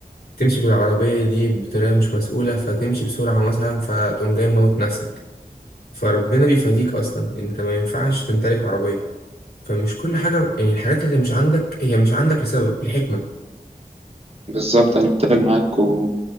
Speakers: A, on the left (about 80°); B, on the right (about 40°).
A: تمشي بالعربية دي بطريقة مش مسؤولة فتمشي بسرعة مثلا فتقوم جاي موت نفسك فربنا بيفاديك اصلا انت ما ينفعش تمتلك عربية فمش كل حاجة يعني الحاجات اللي مش عندك هي مش عندك لسبب لحكمة
B: بالظبط أنا متفق معاك و...